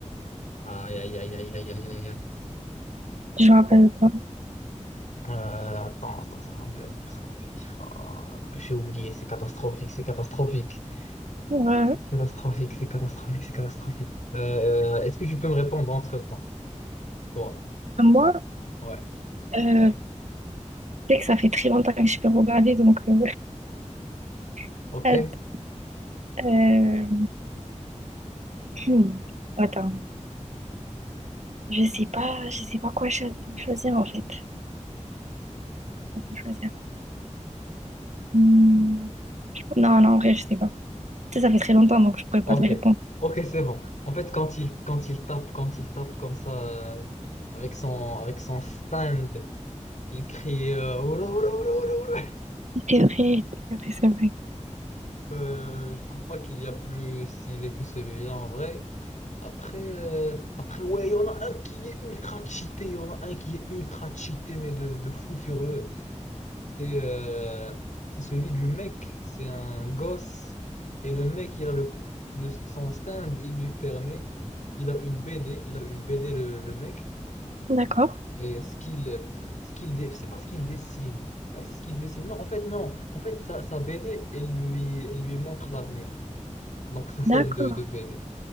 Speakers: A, on the left; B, on the right.
A: Aïe, aïe, aïe, aïe, aïe, aïe, aïe, aïe.
B: Je me rappelle
A: Oh.
B: pas.
A: Euh, attends, attends, ça va me venir, ça va me venir. Ah, non, mais j'ai oublié, c'est catastrophique, c'est catastrophique.
B: Ouais.
A: C'est catastrophique, c'est catastrophique, c'est catastrophique. Euh, est-ce que tu peux me répondre entre-temps? Toi,
B: Moi,
A: ouais,
B: euh, c'est que ça fait très longtemps que je peux regarder, donc euh, <laughs>
A: ok.
B: att- euh, hmm, attends. Je sais pas, je sais pas quoi cho- choisir en fait. Je sais pas Quoi choisir Hmm. Non, non, en vrai, je sais pas. Tu sais, ça fait très longtemps, donc je pourrais
A: Ok,
B: pas te répondre.
A: ok, c'est bon. En fait, quand il, quand il tape, quand il tape comme ça, euh, avec son, avec son stand, il crie euh, Oula, oula, oula, oula, oula.
B: C'est vrai, c'est vrai, c'est vrai.
A: Euh, je trouve pas qu'il y a plus stylé que celui-là en vrai. Après, euh, après ouais, il y en a un qui est ultra cheaté, il y en a un qui est ultra cheaté, mais de, de fou furieux. C'est euh, c'est celui du mec, c'est un gosse. Et le mec, il a le, le, son stand, il lui permet, il a une BD, il a une BD le, le mec.
B: D'accord.
A: Et ce qu'il, ce qu'il, dé- c'est pas ce qu'il dessine. Ouais, c'est ce qu'il dessine. Non, en fait, non. En fait, sa, sa BD, elle lui, elle lui montre l'avenir. Donc, sous forme
B: D'accord,
A: de, de BD.